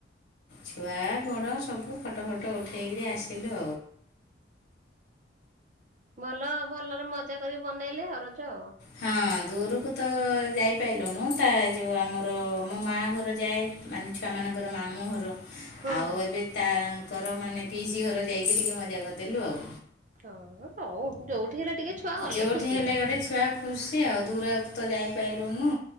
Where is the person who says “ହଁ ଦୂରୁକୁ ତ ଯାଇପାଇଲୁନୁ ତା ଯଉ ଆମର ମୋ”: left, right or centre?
Left